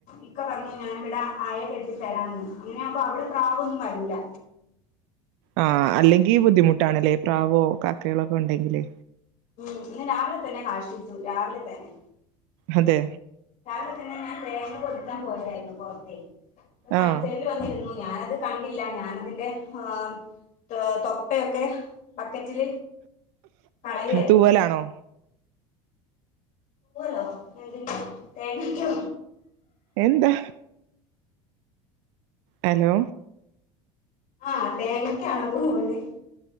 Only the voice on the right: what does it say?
ആഹ് അല്ലെങ്കിൽ ബുദ്ധിമുട്ടാണല്ലേ പ്രാവോ കാക്കകളോ ഒക്കെ ഉണ്ടെങ്കിലെ.
അതെ.
ആഹ്
തൂവലാണോ
എന്താ? ഹലോ.